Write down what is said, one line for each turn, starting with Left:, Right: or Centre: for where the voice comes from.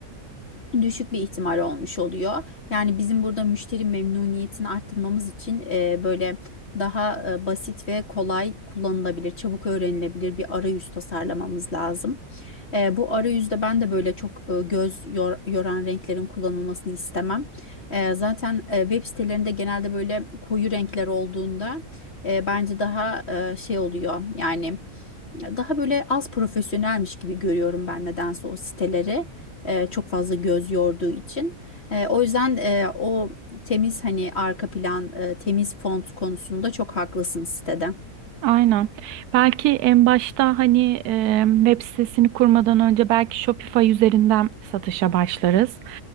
Left: düşük bir ihtimal olmuş oluyor. Yani bizim burada müşteri memnuniyetini arttırmamız için e, böyle daha e, basit ve kolay kullanılabilir, çabuk öğrenilebilir bir arayüz tasarlamamız lazım. E, bu arayüzde ben de böyle çok e, göz yor- yoran renklerin kullanılmasını istemem. E, zaten e, web sitelerinde genelde böyle koyu renkler olduğunda e, bence daha e, şey oluyor yani daha böyle az profesyonelmiş gibi görüyorum ben nedense o siteleri e, çok fazla göz yorduğu için. E, o yüzden e, o temiz hani arka plan, e, temiz font konusunda çok haklısın sitede.
Right: Aynen. Belki en başta hani e, web sitesini kurmadan önce belki Shopify üzerinden satışa başlarız.